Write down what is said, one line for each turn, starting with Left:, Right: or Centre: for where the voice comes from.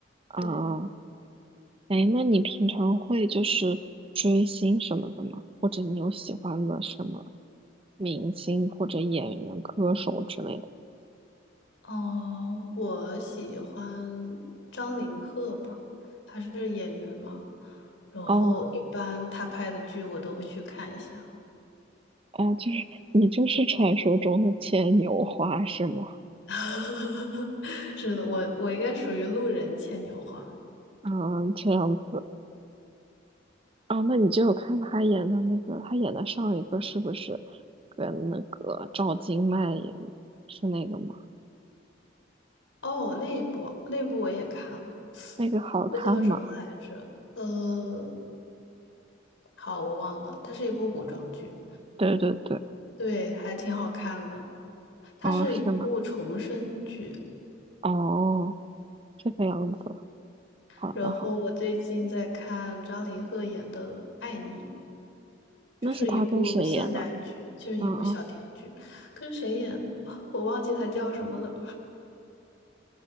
Right: 啊？
Left: 对，
Right: 哎，那你平常会就是追星什么的吗？或者你有喜欢的什么明星或者演员、歌手之类的？
Left: 哦、我喜欢张凌赫吧，他是演员嘛，然后一般他拍的剧我都会去看一下。
Right: 哦，啊，就是你就是传说中的牵牛花是吗？
Left: <laughs> 是的，我我应该属于路人牵牛花。
Right: 嗯，这样子啊，那你就有看他演的那个，他演的上一个是不是跟那个赵今麦演的？是那个吗？
Left: 哦，那一部那一部我也看了，
Right: 那个好看吗？
Left: 那部叫什么来着？呃，好，我忘了，它是一部古装剧，
Right: 对对对，
Left: 对，还挺好看的。它是一部重生剧，
Right: 哦，是吗？哦，这个样子，好的好的，
Left: 然后我最近在看张凌赫演的《爱你》，
Right: 那是他跟谁演的？
Left: 就是一部现代剧，就是一部小甜剧，
Right: 嗯嗯，
Left: 跟谁演的 <laughs> 我忘记她叫什么了，